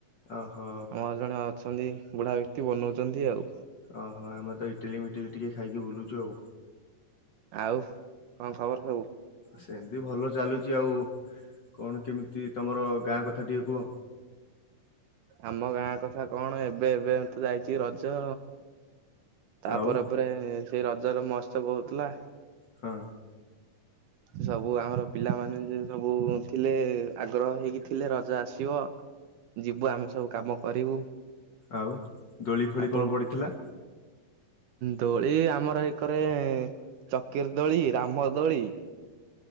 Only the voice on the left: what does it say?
ଓହୋ
ଓହୋ ଆମେ ତ ଇଟିଲି ମିଟିଲି ଟିକେ ଖାଇକି ବୁଲୁଛୁ ଆଉ।
ସେମିତି ଭଲ ଚାଲୁଚି, ଆଉ କଣ କେମିତି ତମର ଗାଁ କଥା ଟିକେ କୁହ।
ଆଉ
ହଁ।
ଆଉ ଦୋଳି
ଫୋଳି କଣ
ପଡ଼ିଥିଲା?